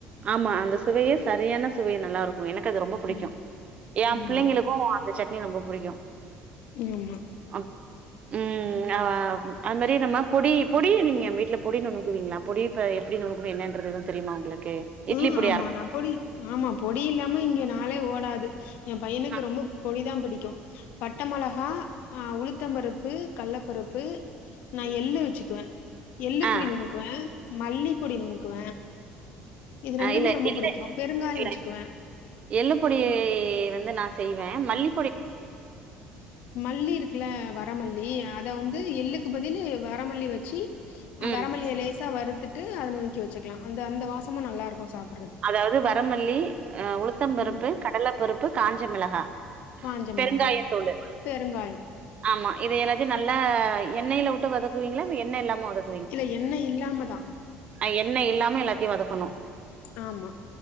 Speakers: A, on the right (about 45°); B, on the left (about 70°).
A: ஆமா அந்த சுவையே சரியான சுவை நல்லாருக்கு எனக்கு அது ரொம்ப பிடிக்கு
B: ம்
A: என்
B: ஆமா
A: பிள்ளைங்களுக்கு இந்த சட்னி ரொம்ப புடிக்கு
B: ஆமா
A: அதுதா ம் அ அது மாரி நம்ம பொடி பொடிய நீங்க வீட்டுல பொடி நுணுங்குவீங்களா பொடிப்ப எப்டி நுனுக்கனு என்னன்றது எது தெரியுமா உங்களுக்கு இட்லி
B: ஆ
A: பொடி
B: ஆமாண்ணா
A: அரப்போ
B: பொடி ஆமா பொடி இல்லாம இங்க நாளே ஓடாது என் பையனுக்கு
A: ஆ
B: ரொம்ப பொடிதா பிடிக்கு பட்ட மொளகா ஆ உளுத்தம் பருப்பு கள்ள பருப்பு நா
A: ம்
B: எள்ளு வெச்சுக்குவ எள்ளு
A: ஆ
B: பொடி நுணுக்குவ மல்லிப்பொடி நுணுக்குவ இது ரெண்டுமே
A: அ இல்ல
B: ரொம்ப
A: எள்ளு
B: புடிக்கு பெருங்காயோ
A: இல்ல
B: வெச்சுக்குவ
A: எள்ளு பொடி வந்து நா செய்வ மல்லி
B: மல்லி இருக்குல வரமல்லி அத வந்து எள்ளு பதிலு வரமல்லி வெச்சு
A: ம்
B: வரமல்லிய லேசா வருறுத்துட் டு அத நுனுக்கி வெச்சுக்கலா அந்த அந்த வாசமு நல்லாருக்கு சாப்
A: அதாவது வரமல்லி அ உளுத்தம் பருப்பு
B: ம்.
A: கடலப்பருப்பு காஞ்ச மிளகா
B: காஞ்ச
A: பெருங்காயத்தூலு
B: மிளகா, பெருங்காயம்.
A: ஆமா இத எல்லாத்தையு நல்லா எண்ணெயில விட்டு வதக்குவீங்களா எண்ணெ இல்லாம வதக்கு
B: இல்ல எண்ண இல்லாமதா
A: அ எண்ண இல்லாம எல்லாத்தயு வதக்கணு
B: ஆமா